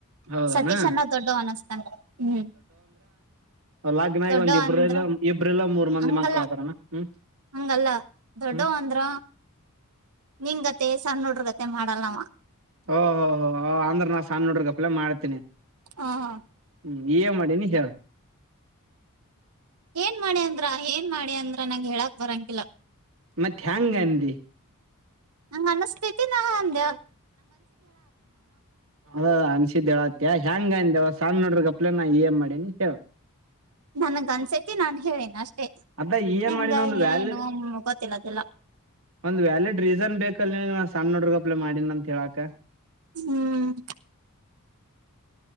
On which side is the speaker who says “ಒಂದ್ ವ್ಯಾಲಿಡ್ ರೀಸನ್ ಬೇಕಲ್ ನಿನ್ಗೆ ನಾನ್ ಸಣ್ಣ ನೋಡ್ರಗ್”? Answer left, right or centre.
Right